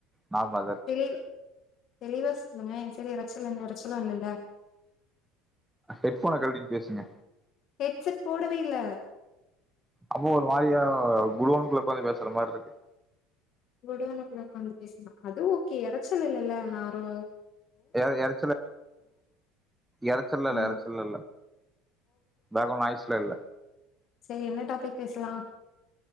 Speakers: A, in the centre; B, on the left.
A: நார்மலா தா இருக்கு
B: தெளிவ் தெளிவா சொல்லுங்க ஏ சைட் யாராது அச்சலா எந்த எறச்சலு இல்லல்ல
A: ஹெட் போன கழுவிட்டு பேசுங்க
B: ஹெட்செட் போடவேல்ல
A: அம்மா ஒரு மாரியா குடோன்னுக்குள்ள ஒக்காந்து பேசுற மாரி இருக்கு
B: குடோன்னுக்குல உக்காந்து பேச அது ஓகே இறச்சல் இல்லல்ல நாரோ
A: எ எறச்சல் எறச்சல்லா இல்ல
B: ஆ
A: எறச்சல்லா இல்ல தாகுன் ஐஸ்ல இல்ல
B: சரி என்ன டாபிக் பேசலா